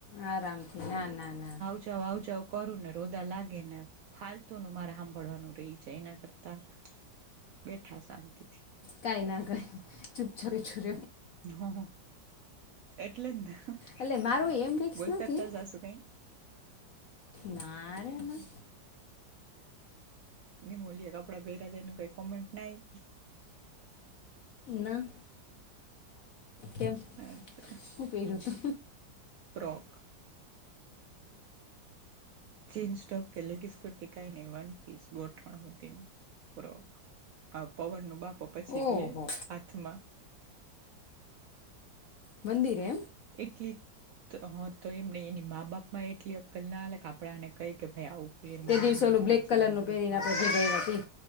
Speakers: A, on the left; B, on the right.
A: આરામથી ના ના ના
B: આવચાવ કરું ને રોદા લાગે ને ફાલતુ ન માર સાંભળવાનું રહી છે એના કરતા બેઠા શાંતિથી
A: કઈ ના કઈ છુપ છુપ છુર
B: હ હ એટલે જ ને
A: એટલે મારું એમ ફિક્સ
B: બોલતા
A: નથી
B: જ તાર સાસુ કઈ
A: નારેના
B: એ મોલિયા કપડાં પહેરા છે એનું કઈ કોમેન્ટ નાઈ
A: ના તેમમ
B: હ
A: હું ક્યો હતું
B: ફ્રોક ચીન્સ ટોપ કે લેગીસ કરતી કઈ નહી વન પીસ ગોઠણ હોતી ફ્રોક આ પવન નું બાપો પછી
A: ઓહો
B: રએ હાથમાં
A: મંદિરે
B: એકટલી તો હા તો એમને એની મા બાપમાં એટલી અક્કલ ના આવેલે કે આપણા એને કહી કે ભાઈ આવું પેર
A: તે
B: મા
A: દિવસે
B: મંદિર
A: ઓલું બ્લેક
B: જ
A: કલરનું
B: ગ્રુપમાં
A: પહેરીને આપણે
B: બ
A: ભેગા ગયા હતી